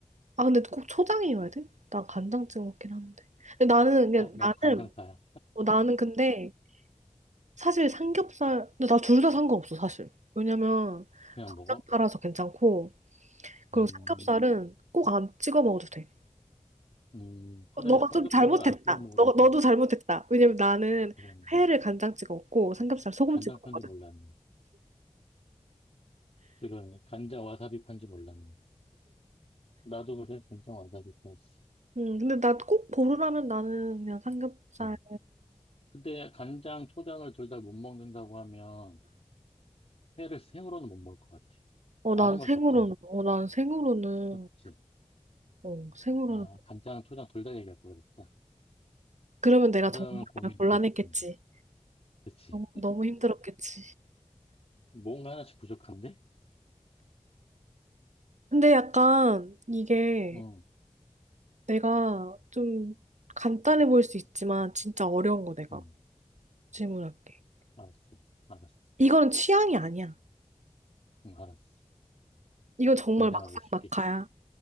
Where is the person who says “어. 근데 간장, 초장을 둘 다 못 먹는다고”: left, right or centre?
Left